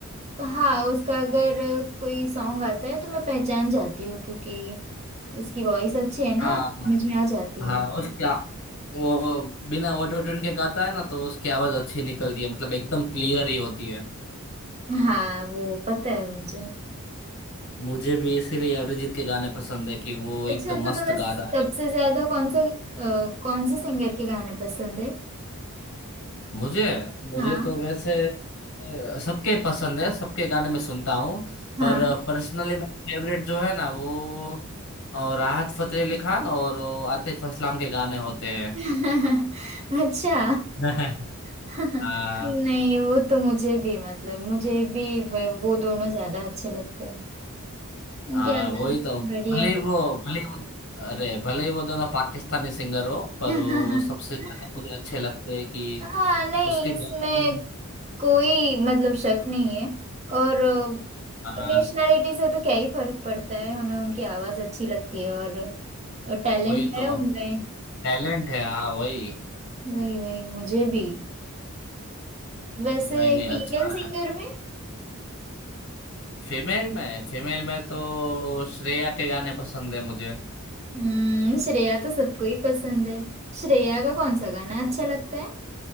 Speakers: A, on the right (about 30°); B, on the left (about 50°).
A: अ, हाँ उसका अगर कोई सॉन्ग आता है तो मैं पहचान जाती हूँ क्योंकि उसकी वॉइस अच्छी है ना
B: हाँ
A: मुझ में आ जाती
B: हाँ
A: है
B: उसका वो बिना ऑटो ट्यून के गाता है ना तो उसकी आवाज अच्छी निकलती है मतलब एकदम क्लियर ही होती है
A: हाँ वो पता है मुझे
B: मुझे भी इसीलिए अरिजीत के गाने पसंद है कि वो
A: अच्छा
B: एकदम
A: तो
B: मस्त
A: तुम्हें सबसे
B: गाता है
A: ज्यादा कौन से अ, कौन से सिंगर के गाने पसंद है
B: मुझे मुझे
A: हाँ
B: तो वैसे अ, सबके पसंद है सबके गाने मैं सुनता हूँ
A: हाँ
B: पर पर्सनली मेरा फेवरेट जो है ना वो अ, राहत फतेह अली खान और वो आतिफ असलाम के गाने होते
A: <laughs> अच्छा
B: हैं
A: <laughs>
B: <laughs> हाँ
A: नहीं वो तो मुझे भी मतलब मुझे भी वे- वो दोनों ज्यादा अच्छे लगते हैं इनकी
B: हाँ
A: आवाज
B: वही तो
A: बढ़िया
B: भले
A: है
B: ही वो भले ही वो अरे भले ही वो दोनों पाकिस्तानी सिंगर हो पर
A: <laughs>
B: वो सबसे ज्यादा मुझे अच्छे लगते हैं कि
A: हाँ नहीं
B: उसके
A: इसमें
B: गाने में
A: कोई मतलब शक नहीं है और
B: हाँ
A: नेशनैलिटी से तो क्या ही फर्क पड़ता है हमें उनकी आवाज अच्छी लगती है और टैलेंट
B: वही
A: है
B: तो
A: उनमें
B: टैलेंट है हाँ वही
A: वही वही मुझे भी वैसे
B: नहीं नहीं
A: फीमेल
B: अच्छा
A: सिंगर
B: है
A: में
B: फीमेल में फीमेल में तो श्रेया के गाने पसंद है मुझे
A: हम्म श्रेया तो सबको ही पसंद है श्रेया का कौन सा गाना अच्छा लगता है